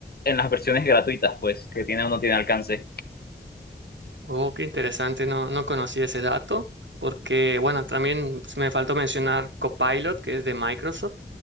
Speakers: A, on the left; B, on the right.
A: en las versiones gratuitas, pues, que tiene o no tiene alcance.
B: Oh, qué interesante, no, no conocí ese dato, porque bueno, también s- me faltó mencionar Copilot, que es de Microsoft.